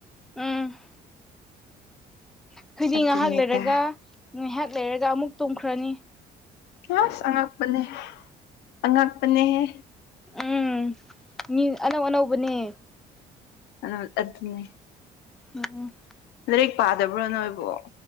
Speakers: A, in the centre; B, on the left.
A: ꯎꯝ ꯑꯩꯈꯣꯏꯗꯤ
B: ꯑꯗꯨꯅꯦꯗ
A: ꯉꯥꯏꯍꯥꯛ ꯂꯩꯔꯒ ꯉꯥꯏꯍꯥꯛ ꯂꯩꯔꯒ ꯑꯃꯨꯛ ꯇꯣꯡꯈ꯭ꯔꯅꯤ
B: ꯑꯁ ꯑꯉꯛꯄꯅꯦ ꯑꯉꯛꯄꯅꯦꯍꯦ
A: ꯎꯝ ꯃꯤ ꯑꯅꯧ ꯑꯅꯧꯕꯅꯦ
B: ꯑ ꯑꯗꯨꯗꯅꯦ
A: ꯎꯝ
B: ꯂꯥꯏꯔꯤꯛ ꯄꯥꯗꯕ꯭ꯔꯣ ꯅꯣꯏꯕꯣ